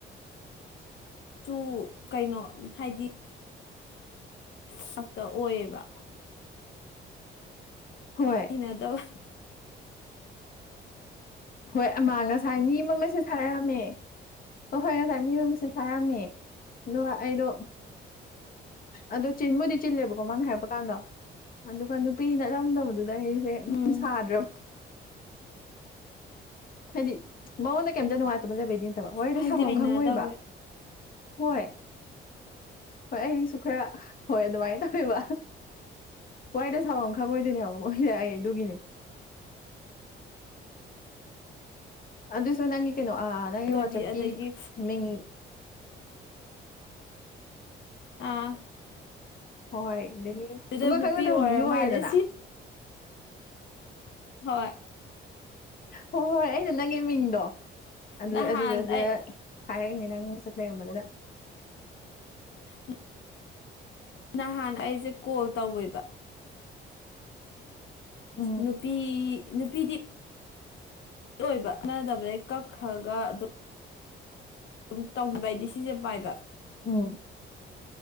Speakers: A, on the left; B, on the left.
A: ꯁꯨ ꯀꯩꯅꯣ ꯍꯥꯏꯗꯤ ꯉꯛꯇ ꯑꯣꯏꯌꯦꯕ
B: ꯍꯣꯏ
A: ꯏꯩꯅꯗꯕ
B: ꯍꯣꯏ ꯑꯃ ꯉꯁꯥꯏ ꯃꯤ ꯑꯃꯁꯦ ꯁꯥꯔꯛꯑꯝꯃꯦ ꯑꯣ ꯍꯣꯏ ꯉꯁꯥꯏ ꯃꯤ ꯃꯃꯤꯁꯦ ꯍꯥꯏꯔꯝꯃꯦ ꯂ ꯑꯩꯗꯣ
A: ꯀꯎꯁ <inaudible>
B: ꯑꯗꯣ ꯆꯤꯟꯕꯨꯗꯤ ꯆꯤꯜꯂꯦꯕꯀꯣ ꯃꯥꯅ ꯍꯥꯏꯔꯛꯄ ꯀꯥꯟꯗꯣ ꯑꯗꯨꯒ ꯅꯨꯄꯤ ꯅꯠꯂꯝꯗꯕꯗꯨ ꯑꯗ ꯑꯩꯁꯦ ꯑꯗꯨꯝ
A: ꯎꯝ
B: ꯁꯥꯗ꯭ꯔꯕ ꯍꯥꯏꯗꯤ ꯃꯉꯣꯟꯗ ꯀꯩꯝꯇ ꯅꯨꯡꯉꯥꯏꯇꯕ ꯂꯩꯕꯩꯗꯤ ꯅꯇꯕ ꯋꯥꯣꯏꯗ
A: ꯍꯥꯏꯗꯤ
B: ꯁꯪꯐꯝꯝ
A: ꯍꯩꯅꯗꯕ
B: ꯈꯪꯉꯨꯕ ꯍꯣꯏ ꯍꯣꯏ ꯑꯩꯁꯨ ꯈꯔ ꯍꯣꯏ ꯑꯗꯨꯃꯥꯏꯅ ꯇꯧꯋꯦꯕ ꯋꯥꯏꯗ ꯊꯥꯎꯎꯪꯈꯪ ꯑꯣꯏꯗꯗꯤꯅꯤ ꯔ ꯑꯩ ꯑꯗꯨꯒꯤꯅꯦ ꯑꯗꯨꯁꯨ ꯅꯪꯒꯤ ꯀꯩꯅꯣ ꯅꯪꯒꯤ
A: ꯗꯕꯤ
B: ꯋꯥꯆꯞꯀꯤ
A: ꯑꯗꯒꯤ
B: ꯃꯤꯡ
A: ꯑꯥ
B: ꯍꯣꯏ ꯑꯗꯨꯗꯒꯤ
A: ꯑꯗꯨꯗ
B: ꯁꯨꯡꯒꯪꯈꯛ
A: ꯅꯨꯄꯤ
B: ꯅꯗꯕ
A: ꯑꯣꯏꯔ
B: ꯃꯤꯁꯨ
A: ꯃꯥꯜꯂꯦ
B: ꯑꯣꯏꯔꯦꯗꯅ
A: ꯍꯣꯏ
B: ꯍꯣꯏ ꯍꯣꯏ ꯑꯩꯅ ꯅꯪꯒꯤ ꯃꯤꯡꯗꯣ ꯑꯗꯨ
A: ꯅꯍꯥꯟ
B: ꯑꯗꯨꯗ ꯑꯗꯨ
A: ꯑꯩ
B: ꯍꯥꯏꯔꯛꯏꯅꯦ ꯅꯪ ꯆꯠ ꯂꯩꯔꯝꯕꯗꯨꯗ
A: ꯎ ꯅꯍꯥꯟ ꯑꯩꯁꯦ ꯀꯣꯜ ꯇꯧꯋꯦꯕ
B: ꯎꯝ
A: ꯅꯨꯄꯤ ꯅꯨꯄꯤꯗꯤ ꯑꯣꯏꯕ ꯀꯥꯟꯅꯗꯕꯩ ꯀꯛꯈ꯭ꯔꯒ ꯑꯗꯨ ꯑꯗꯨꯝ ꯇꯧꯕꯤꯕ ꯍꯥꯏꯗꯤ ꯁꯤꯁꯦ ꯄꯥꯏꯕ
B: ꯎꯝ